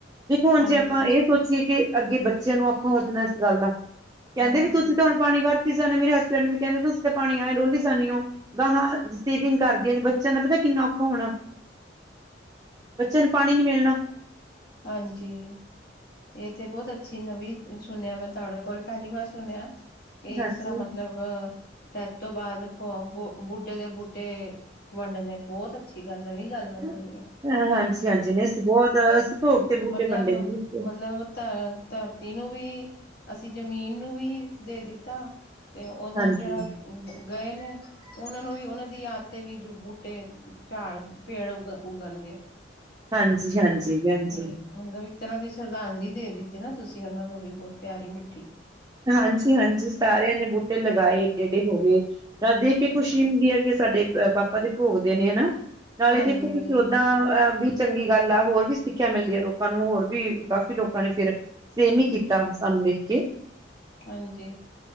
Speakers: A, on the right (about 20°); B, on the left (about 55°).
A: ਦੇਖੋ ਹੁਣ
B: ਹਾਂਜੀ
A: ਜੇ ਆਪਾਂ ਇਸ ਸੋਚੀਏ ਕਿ ਅੱਗੇ ਬੱਚਿਆਂ ਨੂੰ ਔਖਾ ਹੋ ਜਾਣਾ ਇਸ ਗੱਲ ਦਾ ਕਹਿੰਦੇ
B: ਹਾਂਜੀ
A: ਵੀ ਤੁਸੀਂ ਤਾਂ ਹੁਣ ਪਾਣੀ ਵਰਤੀ ਸੇ ਮੇਰੇ ਹਸਬੈਂਡ ਵੀ ਕਹਿੰਦੇ ਤੁਸੀਂ ਤੇ ਪਾਣੀ ਆਏ ਡੋਲੀ ਜਾਨੀਉ ਗਾਹਾਂ ਸੇਵਿੰਗ ਕਰਦੀਆਂ ਬੱਚਿਆਂ ਦਾ ਪਤਾ ਕਿੰਨਾ ਔਖਾ ਹੋਣਾ। ਬੱਚਿਆਂ ਨੂੰ ਪਾਣੀ ਨੀ ਮਿਲਣਾ।
B: ਹਾਂਜੀ ਇਹ ਤੇ ਬਹੁਤ ਅੱਛੀ ਨਵੀਂ ਸੁਣਿਆ ਮੈਂ ਤੁਹਾਡੇ ਕੋਲ ਪਹਿਲੀ ਵਾਰ ਸੁਣਿਆ। ਇਸ
A: ਹਾਂਜੀ
B: ਤਰ੍ਹਾਂ ਮਤਲਬ ਡੈਥ ਤੋਂ ਬਾਅਦ ਬੂਟੇ ਦੇ ਬੂਟੇ ਵੰਡਦੇ ਬਹੁਤ ਅੱਛੀ ਗੱਲ ਨਵੀਂ ਗੱਲ ਮੈਂ
A: ਹ
B: ਸੁਣੀ
A: ਹਾਂਜੀ- ਹਾਂਜੀ ਨੇ ਬਹੁਤ ਅਸੀਂ ਭੋਗ ਤੇ ਬੂਟੇ
B: ਮਤਲਬ
A: ਵੰਡੇ ਨੇ ਜੀ
B: ਮਤਲਬ <unintelligible> ਧਰਤੀ ਨੂੰ ਵੀ, ਅਸੀਂ ਜ਼ਮੀਨ ਨੂੰ ਵੀ ਦੇ ਦਿੱਤਾ ਤੇ ਉਹਨਾਂ
A: ਹਾਂਜੀ
B: ਜਿਹੜਾ ਗਏ ਨੇ ਉਹਨਾਂ ਨੂੰ ਵੀ ਉਹਨਾਂ ਦੀ ਯਾਦ ਤੇ ਵੀ ਬੂਟੇ ਝਾੜ ਪੇੜ ਉਗ ਉੱਗਣਗੇ
A: ਹਾਂਜੀ- ਹਾਂਜੀ
B: ਕਿਤਨੀ
A: ਭੈਂਣਜੀ
B: ਕਿਤਨੀ ਮਤਲਬ ਇੱਕ ਤਰ੍ਹਾਂ ਦੀ ਸ਼ਰਧਾਂਜਲੀ ਦੇ ਦਿੱਤੀ ਨਾ ਤੁਸੀਂ ਉਹਨਾਂ ਨੂੰ ਵੀ ਬਹੁਤ ਪਿਆਰੀ ਮਿੱਠੀ
A: ਹਾਂਜੀ -ਹਾਂਜੀ ਸਾਰਿਆਂ ਨੇ ਬੂਟੇ ਲਗਾਏ ਏਡੇ- ਏਡੇ ਹੋ ਗਏ ਦੇਖ ਕੇ
B: ਹਾਂਜੀ,
A: ਖੁਸ਼ੀ ਹੁੰਦੀ ਹੈ ਕਿ ਸਾਡੇ ਪਾਪਾ ਦੇ ਭੋਗ ਦੇ ਨੇ ਹਨਾ ਨਾਲੇ
B: ਹਾਂਜੀ,
A: ਦੇਖੋ ਤੁਸੀਂ ਓਦਾਂ ਅ ਬੀ ਚੰਗੀ ਗੱਲ ਆ, ਹੋਰ ਵੀ ਸਿੱਖਿਆ ਮਿਲਦੀ ਹੈ ਲੋਕਾਂ ਨੂੰ ਹੋਰ ਵੀ ਕਾਫੀ ਲੋਕਾਂ ਨੇ ਫਿਰ ਸੇਮ ਹੀ ਕੀਤਾ ਸਾਨੂੰ ਵੇਖ ਕੇ
B: ਹਾਂਜੀ